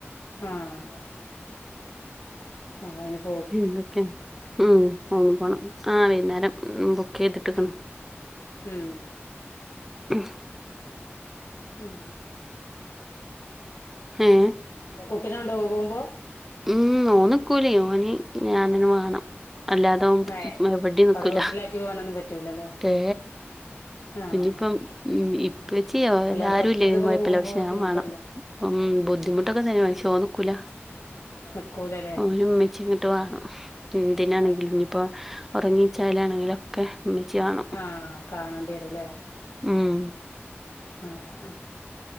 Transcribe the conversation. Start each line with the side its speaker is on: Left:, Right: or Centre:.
Left: ആഹ് ആഹ് <unintelligible>
Centre: എന്തൊക്കെ ഉം ഓ പോണം പോണം ആഹ് വൈന്നേരം ബുക്ക് ചെയ്തിട്ടേക്കണ്
Left: ഉം ഉം
Centre: <unintelligible>
Left: ഉം
Centre: ഏഹ്
Left: കുട്ടീനെ കൊണ്ടോവോ പോകുമ്പോ
Centre: ഉം ഓൻനിക്കൂലെ ഓന് ഞാനന്നെ വേണം അല്ലാതവൻ
Left: ഏഹ്
Centre: എവിടേം നിക്കൂല
Left: അവിടെ വീട്ടിലാക്കി പോകാനൊന്നും പറ്റൂലല്ലേ
Centre: ടേ
Left: ആഹ്
Centre: ഇതിപ്പം ഇ ഇപ്പച്ചിയോ
Left: അല്ല
Centre: ഇലാരുല്ലേലും
Left: ഡോക്ടറെടുത്തൊക്കെ
Centre: കുഴപ്പല്ലാ
Left: പോകുമ്പോ
Centre: ക്ഷേ
Left: ബുദ്ധിമുട്ടല്ലേ
Centre: ഞാൻ വേണം ഉം ബുദ്ധിമുട്ടൊക്കെ തന്നെ പക്ഷേ ഓൻ നിക്കൂല
Left: നിക്കൂലല്ലേ
Centre: ഓ ഉമ്മച്ചി ങ്ങോട്ടുവാ എന്തിനാണെങ്കിലും
Left: ഏ
Centre: പ്പൊ ഉറങ്ങിച്ചാലാണെങ്കിലൊക്കെ ഇമ്മച്ചി വേണം
Left: ആഹ് കാണേണ്ടി വരൂല്ലേ
Centre: ഉം
Left: ആഹ് ആഹ്